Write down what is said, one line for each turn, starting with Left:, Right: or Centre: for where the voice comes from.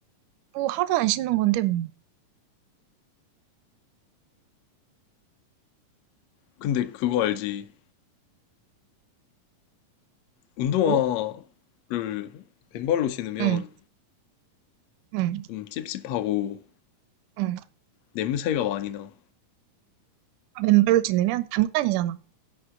Right: 뭐, 하루 안 신는 건데, 뭐.
Left: 근데 그거 알지? 운동화를
Right: 뭐?
Left: 맨발로 신으면
Right: 응, 응,
Left: 좀 찝찝하고
Right: 응.
Left: 냄새가 많이 나.
Right: 맨발로 지내면 잠깐이잖아.